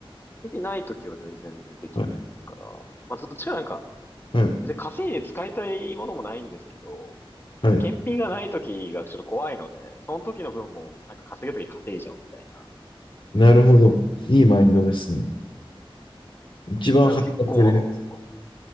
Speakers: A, on the left (about 20°); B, on the left (about 60°).
A: 日々ない時は全然ね、できないですから。
B: はい。
A: まあ、どっちかなんか、
B: はい。
A: 別に稼いで使いたいものもないんですけど、あの、
B: はい。
A: 検品がない時がちょっと怖いので、その時の分も、なんか稼げる時稼いじゃおうみたいな
B: なるほど。
A: 感じでやってる
B: いいマインドですね。
A: んで。い
B: 一番働ける。
A: やだから結構、まあ、